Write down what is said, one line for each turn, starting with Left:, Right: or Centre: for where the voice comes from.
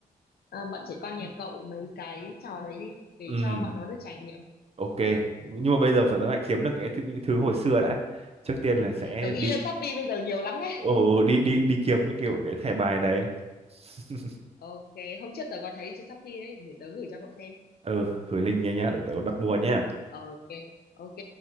Left: ờ, bọn trẻ con nhà cậu mấy cái trò đấy đi để
Right: ừ.
Left: cho bọn nó được trải nghiệm
Right: ok nhưng mà bây giờ phải phải kiếm được những thứ, những thứ hồi xưa đã trước tiên là sẽ
Left: tớ nghĩ
Right: đi
Left: lên Shopee bây giờ nhiều lắm đấy
Right: ồ đi đi đi kiếm những kiểu cái thẻ bài đấy <laughs>
Left: ok hôm trước tớ có thấy trên Shopee đấy để tớ gửi cho cậu xem
Right: ừ gửi link nha nhá để tớ đặt mua nhá
Left: ok ok